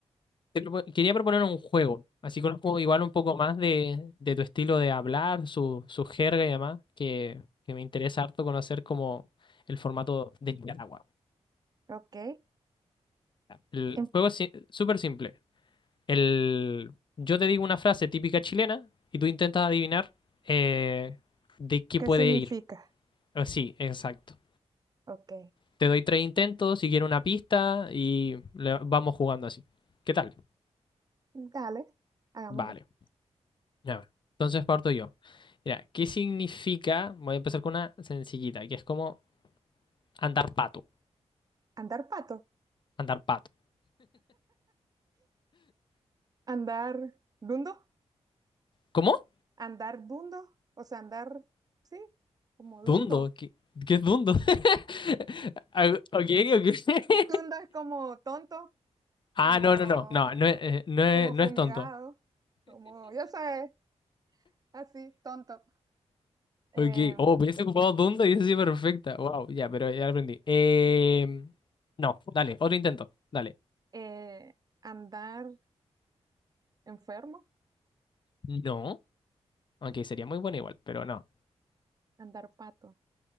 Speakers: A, on the left (about 40°); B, on the right (about 30°).
A: Te propo- quería proponer un juego, así conozco igual un poco más de, de tu estilo de hablar, su, su jerga y demás, que, que me interesa harto conocer como el formato de Nicaragua.
B: ok,
A: El
B: ¿en-
A: juego es si- súper simple. El, yo te digo una frase típica chilena y tú intentas adivinar eh, de qué
B: ¿qué
A: puede
B: significa?
A: ir. Ah, Sí, exacto.
B: Ok,
A: Te doy tres intentos, si quiero una pista y le- vamos jugando así. ¿Qué tal?
B: dale, hagámoslo.
A: Vale. ya va. Entonces parto yo. Mira, ¿qué significa? Voy a empezar con una sencillita, que es como andar pato.
B: ¿Andar pato?
A: Andar pato.
B: ¿Andar dundo?
A: ¿Cómo?
B: ¿Andar dundo? O sea, andar, sí, como dundo.
A: Dundo. ¿Qué, qué es dundo? <laughs> Ah, Ok, ok. <laughs>
B: Dundo es como tonto,
A: Ah,
B: como,
A: no, no, no. No, no, es- eh, no, es,
B: como
A: no
B: fumigado,
A: es tonto.
B: como, yo sé, así, tonto. Eh,
A: Ok. Oh, hubiese ocupado dundo y eso sí, perfecta. Wow, ya, pero ya lo aprendí. Eh, no, dale, otro intento. Dale.
B: eh, andar enfermo,
A: No. Aunque sería muy bueno igual, pero no.
B: andar pato,